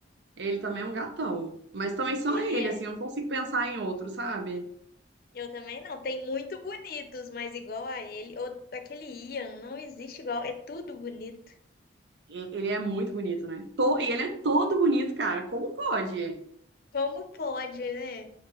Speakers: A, on the right; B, on the left.
A: ele também é um gatão. Mas também só
B: ele
A: ele,
B: é.
A: assim, eu não consigo pensar em outro, sabe?
B: Eu também não. Tem muito bonitos, mas igual a ele. Ou aquele Ian, não existe igual. É tudo bonito.
A: E- Ele é muito bonito, né? To- E ele é todo bonito, cara. Como pode?
B: Como pode, né?